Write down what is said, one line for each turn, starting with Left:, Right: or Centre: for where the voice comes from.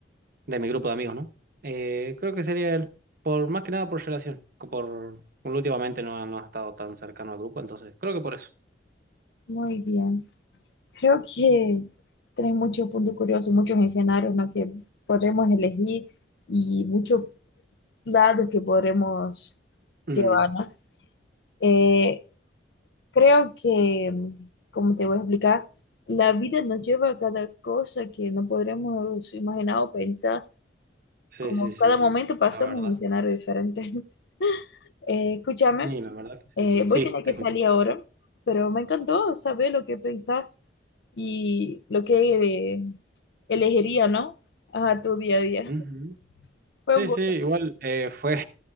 Right: de mi grupo de amigos, ¿no? Eh, creo que sería él, por más que nada por relación, co- por últimamente no, ha- no ha estado tan cercano al grupo, entonces creo que por eso.
Left: Muy bien. Creo que tenés muchos puntos curiosos, muchos escenarios, ¿no? que podremos elegir y muchos lados que podremos
Right: Mm,
Left: llevar, ¿no? Eh, creo que, como te voy a explicar, la vida nos lleva a cada cosa que no podremos imaginar o pensar,
Right: sí,
Left: como
Right: sí, sí,
Left: cada momento pasamos
Right: la verdad.
Left: un escenario diferente. <laughs> Eh, escúchame.
Right: Y la verdad que sí.
Left: Eh, voy
Right: Sí,
Left: a tener
Right: te
Left: que salir
Right: escucho.
Left: ahora, pero me encantó saber lo que pensás y lo que eh, elegiría, ¿no? A tu día a día.
Right: Ujú.
Left: <laughs> Fue
Right: Sí,
Left: un gusto.
Right: sí, igual eh, fue.